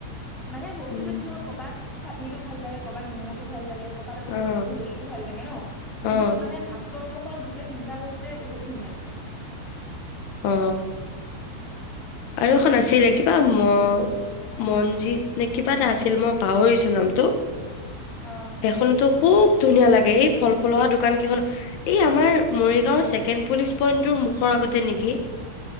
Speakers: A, in the centre; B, on the left.
A: মানে বস্তুতটো
B: উম
A: কি হয় কবাত চাটনি টো ভাল লাগে কবাত ম'মটো ভাল লাগে। ক'বাত আকৌ জ
B: অ
A: হেৰিটো ভাল লাগে ন, কিন্তু
B: অ
A: মানে ভাস্ ম'ম খনক গোটেই তিনিটা বস্তুৱয়ে বহুত ধুনীয়া লাগে।
B: অ। আৰু এখন আছিলে কিবা ম-মনজিত নে কিবা এটা আছিল মই পাহৰিছো। নামটো,
A: অ'
B: খোনতো খুব ধুনীয়া লাগে এই ফল-ফল হহা দোকান কেইখন এই আমাৰ মৰিগাঁওৰ ছেকেণ্ড পুলিচ পইণ্টৰ মুখৰ আগতে নিকি?